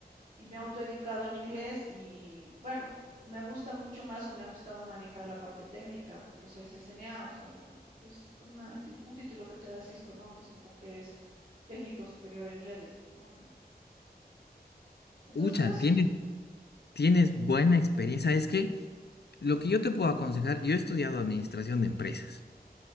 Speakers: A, on the right; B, on the left.
A: y me he autoeducado en inglés y bueno, me gusta mucho más o me ha gustado manejar la parte técnica porque soy CCNA, o sea, la, que es como una- un título que te da Cisco, ¿no? Que es como que eres técnico superior en redes, ¿no? Y- entonces
B: Ucha,
A: eso.
B: tienes, tienes buena experiencia. ¿Sabes qué? Lo que yo te puedo aconsejar, yo he estudiado administración de empresas.